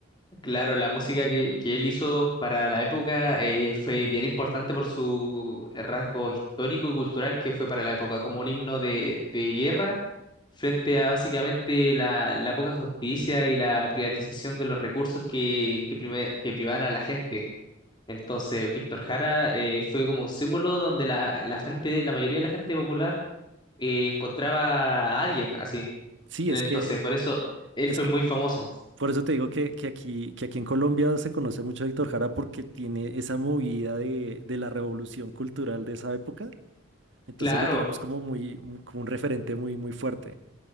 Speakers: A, on the left; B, on the right.
A: Claro, la música que, que él hizo para la época eh, fue bien importante por su rasgo histórico y cultural que fue para la época, como un himno de, de guerra frente a básicamente la, la poca justicia y la privatización de los recursos que, que, prime- que privaban a la gente. Entonces, Víctor Jara eh, fue como un símbolo donde la, la gente, la mayoría de la gente popular eh, encontraba a alguien así.
B: Sí,
A: Entonces,
B: es que,
A: por eso él
B: es
A: fue
B: que,
A: muy famoso.
B: por eso te digo que, que aquí, que aquí en Colombia se conoce mucho a Víctor Jara porque tiene esa movida de, de la revolución cultural de esa época. Entonces
A: Claro.
B: lo tenemos como muy, mu- como un referente muy, muy fuerte.